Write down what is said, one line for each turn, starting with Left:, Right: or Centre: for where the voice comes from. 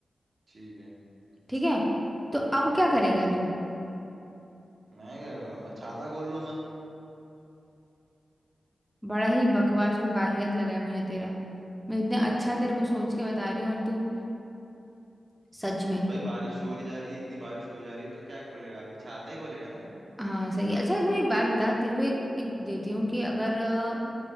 Right: ठीक है
Centre: ठीक है तो अब क्या करेगा तू
Right: मैं क्या करूंगा मैं छाता खोल लूंगा
Centre: बड़ा ही बकवास और वाहियत लगा है मुझे तेरा मैं इतने अच्छा तेरे को सोच के बता रही हूँ और तू सच में
Right: भाई बारिश हो रही जा रही है इतनी बारिश हो जा रही है तो क्या खोलेगा आदमी छाता ही खोलेगा ना यार
Centre: हाँ सही है अच्छा एक मुझे एक बात बता तेरे को एक एक देती हूँ कि अगर अ,